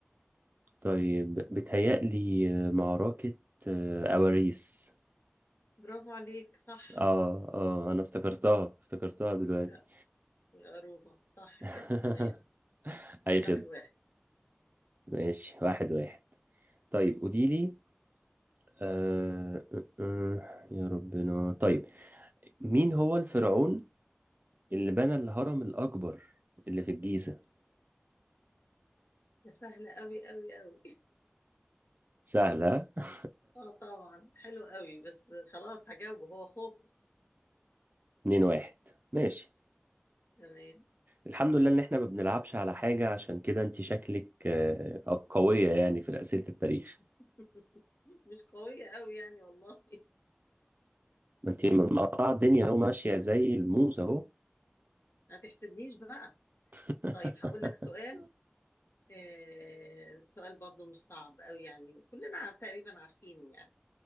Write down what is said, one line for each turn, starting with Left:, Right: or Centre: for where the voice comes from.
Right: طيب بتهيألي آه، معركة آه، أواريس
Left: برافو عليك صح
Right: اه اه انا افتكرتها افتكرتها دلوقتي
Left: لا يا عروبة صح
Right: <laughs>
Left: كده تمام
Right: اي
Left: واحد
Right: خدمة
Left: واحد
Right: ماشي واحد واحد طيب قولي لي آه... آه... آه، يا ربنا طيب مين هو الفرعون اللي بنى الهرم الأكبر اللي في الجيزة
Left: ده سهل قوي قوي قوي
Right: سهلة <laughs>
Left: اه طبعا حلو قوي بس خلاص هجاوبه هو خوف
Right: اتنين واحد ماشي
Left: كمان
Right: الحمد لله ان احنا ما بنلعبش على حاجة عشان كده انت شكلك آه... قوية يعني في أسئلة التاريخ
Left: <laughs> مش قوية قوي يعني والله
Right: ما انت مقطعة الدنيا اهو ماشية زي الموز اهو
Left: ما تحسدنيش بقى
Right: <laughs>
Left: طيب هقول لك سؤال آه سؤال برضو مش صعب قوي يعني كلنا عار- تقريبا عارفينه يعني